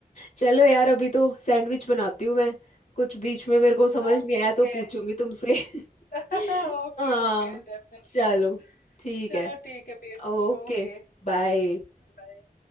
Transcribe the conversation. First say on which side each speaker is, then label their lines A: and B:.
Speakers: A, on the left; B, on the left.
A: चलो यार अभी तो सैंडविच बनाती हूँ मैं कुछ बीच में मेरे को समझ
B: हाँ
A: नहीं
B: ठीक
A: आया तो
B: है
A: पूछूंगी तुमसे <laughs>
B: <laughs> Okay
A: हाँ
B: okay definitely
A: चलो ठीक
B: चलो
A: है
B: ठीक है फिर
A: ओके
B: ओके
A: बाय
B: बाय